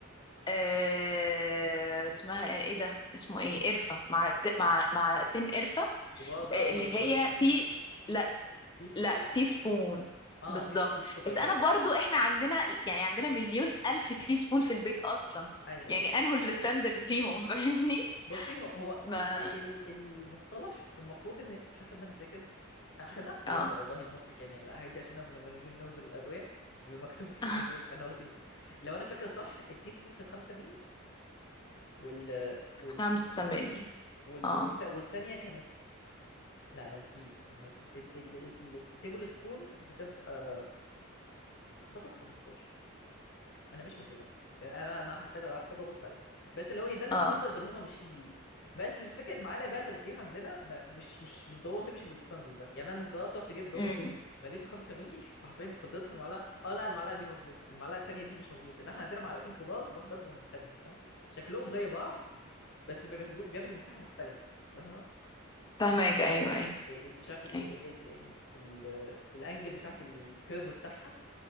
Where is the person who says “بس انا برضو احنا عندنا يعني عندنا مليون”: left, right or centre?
Left